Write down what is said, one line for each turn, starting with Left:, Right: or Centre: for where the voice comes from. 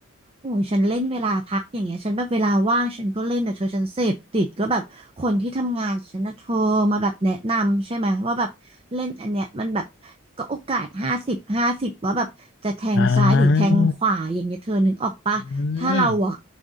Right: โอ้ยฉันเล่นเวลาพักอย่างเงี้ยฉันแบบเวลาว่างฉันก็เล่นแต่เธอฉันเสพติดก็แบบคนที่ทำงานฉันนะโทรมาแบบแนะนำใช่ไหมว่าแบบเล่นอันเนี้ยมันแบบก็โอกาสห้าสิบห้าสิบว่าแบบจะแทงซ้ายหรือแทงขวาอย่างเงี้ยเธอนึกออกปะถ้าเราอะ
Left: อ่าอืม